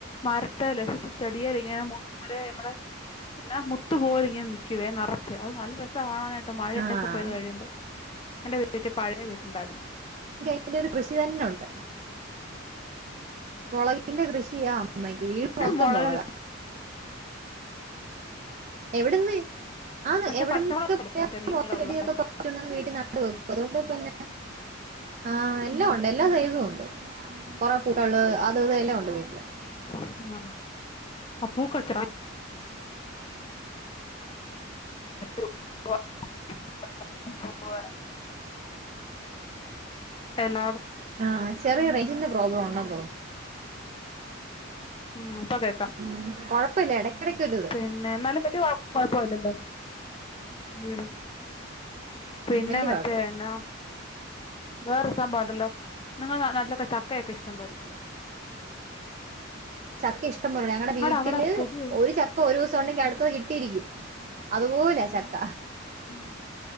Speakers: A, on the left; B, on the right.
A: മരത്തേല് ചെടിയേല് ഇങ്ങനെ അമ്മളെ പിന്നെ മുത്തു പോലെ ഇങ്ങനെ നിക്കുവേ നറച്ച് അത് നല്ല രസാ കാണാനായിട്ട് മഴയൊക്കെ
B: ആഹ്
A: പെയ്ത് കഴിയുമ്പോ എന്റെ വീട്ടി പഴയ വീടുണ്ടായിരുന്നു
B: മ്മക്ക് ഒരു കൃഷി തന്നെ ഒണ്ട് മുളകിന്റെ കൃഷിയ അമ്മക്ക് വീട് മൊത്തം
A: മൊളക്
B: മുളക എവിട്ന്ന് ആ
A: മറ്റേ
B: എവിടെന്നെ
A: പച്ചമുളകില്ലേ
B: ക്കെ
A: മറ്റേ നീളമുള്ള
B: <inaudible> ചെടിയൊക്കെ പർ ച്ച്‌ ണ്ടന്ന് വീട്ടി നട്ട് വെക്കും അതുകൊണ്ട് പിന്നെ ആ എല്ലാം ഉണ്ട് എല്ലാ സൈസും ഉണ്ട് കൊറേപ്പൂക്കള് അത് ഇത് എല്ലാണ്ട് വീട്ടില്
A: ആഹ് അപ്പൊ കച്ചറയ് <unintelligible> <unintelligible> <unintelligible> എലാ
B: ആ ചെറിയ റൈജ്ന്റെ പ്രോബ്ലം ഉണ്ടന്ന് തോന്നുന്നു
A: ഉം പ്പകേ
B: ഉം കൊഴപ്പല്ല എടയ്ക്കെടയ്ക്കൊരുത്
A: പിന്നെ എന്നാലും വല്യ കൊഴ കൊഴപ്പല്ലല്ലോ <inaudible> ഉം പിന്നെ
B: വല്യ
A: മറ്റേ
B: കൊഴപ്പല്ല
A: എന്നാ വേറെരു സംഭവണ്ടല്ലോ നിങ്ങളെ നാട്ടിലൊക്കെ ചക്കയെക്കെ ഇഷ്ടം പോലെല്ലേ
B: ചക്ക ഇഷ്ടം പോലെ ഞങ്ങടെ വീട്ടില്
A: അവിടെ പുതിയ
B: ഒരു ചക്ക ഒരൂസണ്ടെങ്കി അടുത്തത് കിട്ടിയിരിക്കും അതുപോല ചക്ക
A: ഉ